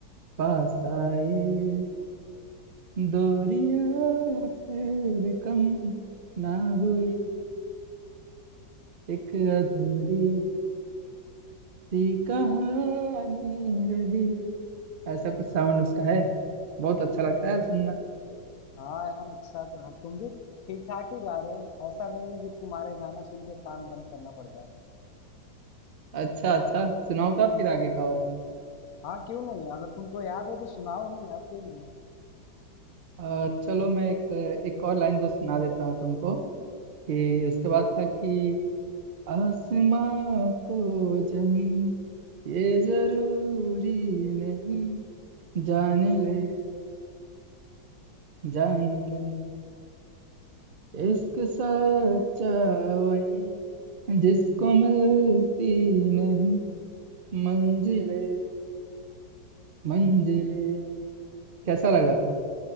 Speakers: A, on the right; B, on the left.
A: पास आए दूरियां फिर कम ना हुई एक अधूरी सी कहानी रही ऐसा कुछ साउंड उसका है बहुत अच्छा लगता है यार सुनना
B: हाँ यार अच्छा तो है तुम भी ठीक ठाक ही गा रहे हो ऐसा नहीं है कि तुम्हारे गाना सुन के कान बंद करना पड़ जाए
A: अच्छा अच्छा सुनाओगा फिर आगे का और
B: हाँ क्यों नहीं अगर तुमको याद है तो सुनाओ ही यार क्यों नहीं
A: अ, चलो मैं एक एक और लाइन तो सुना देता हूँ तुमको कि उसके बाद था कि आसमां को जमी ये जरूरी नहीं जान ले जान ले इश्क सच्चा वही जिसको मिलती नहीं मंजिले मंजिले कैसा लगा